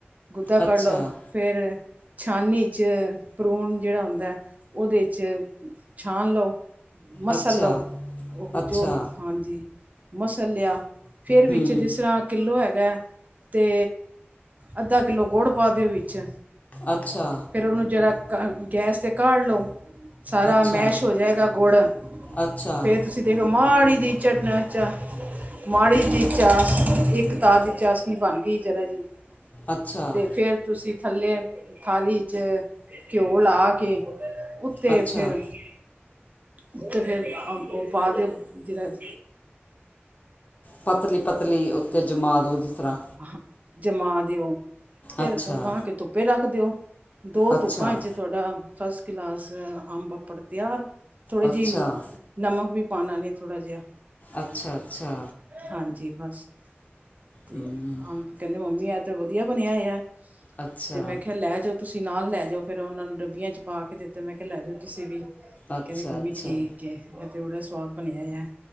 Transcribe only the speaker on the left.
ਅੱਛਾ
ਅੱਛਾ
ਅੱਛਾ
ਹੂੰ
ਅੱਛਾ
ਅੱਛਾ
ਅੱਛਾ
ਅੱਛਾ
ਅੱਛਾ
ਪਤਲੀ ਪਤਲੀ ਉੱਤੇ ਜਮਾਤ ਦਿਉ ਜਿਸ ਤਰ੍ਹਾਂ
ਅੱਛਾ
ਅੱਛਾ
ਅੱਛਾ
ਅੱਛਾ-ਅੱਛਾ
ਹਮ,
ਅੱਛਾ
ਅੱਛਾ
ਅੱਛਾ